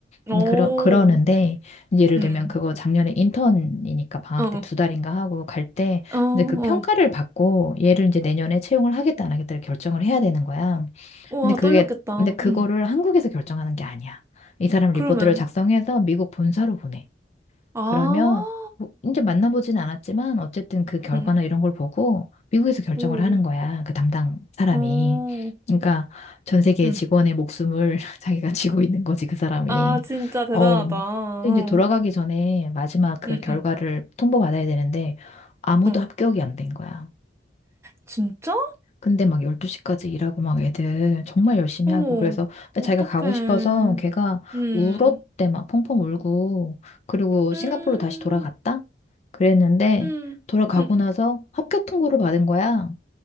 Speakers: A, on the right (about 15°); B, on the left (about 40°).
A: 응,
B: 음,
A: 오,
B: 그러, 그러는데 예를
A: 응
B: 들면 그거 작년에 인턴이니까 방학
A: 어,
B: 때 두 달인가 하고 갈 때
A: 어, 어,
B: 이제 그 평가를 받고 얘를 이제 내년에 채용을 하겠다 안 하겠다를 결정을 해야 되는 거야.
A: 와,
B: 근데 그게
A: 떨렸겠다.
B: 근데 그거를
A: 응
B: 한국에서 결정하는 게 아니야. 이 사람 리포트를
A: 그러면은,
B: 작성해서 미국 본사로 보내.
A: 아,
B: 그러면 뭐 이제 만나보진 않았지만 어쨌든 그 결과나
A: 응
B: 이런 걸 보고 미국에서 결정을
A: 오,
B: 하는 거야. 그 담당 사람이.
A: 어,
B: 그러니까 전 세계
A: 응
B: 직원의 목숨을 <laughs> 자기가 쥐고 있는 거지, 그 사람이.
A: 아, 진짜 대단하다.
B: 어, 근데
A: 어,
B: 이제 돌아가기 전에 마지막 그
A: 응
B: 결과를
A: 응
B: 통보받아야 되는데 아무도
A: 응, 어.
B: 합격이 안 된 거야.
A: 진짜?
B: 근데 막 12시까지 일하고 막 애들 정말 열심히
A: 어머,
B: 하고 그래서 근데
A: 어떡해.
B: 자기가 가고 싶어서 걔가
A: 음,
B: 울었대 막 펑펑 울고 그리고
A: 음,
B: 싱가포르로 다시 돌아갔다? 그랬는데
A: 음,
B: 돌아가고
A: 음.
B: 나서 합격 통보를 받은 거야.